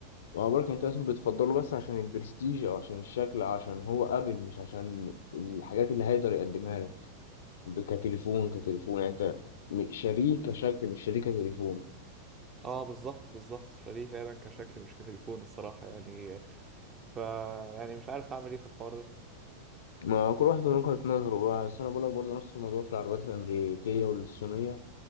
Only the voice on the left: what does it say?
مع بالك انت مثلا بتفضله بس عشان البرستيج او عشان الشكل أو عشان هو ابل مش عشان الحاجات اللي هيقدر يقدمها لك ب- كتليفون كتليفون يعني انت م- شاريه كشكل مش شاريه كتليفون
ما كل واحد له نقطة نظره بقى بس أنا بقولك برضه نفس الموضوع في العربيات الأمريكية والصينية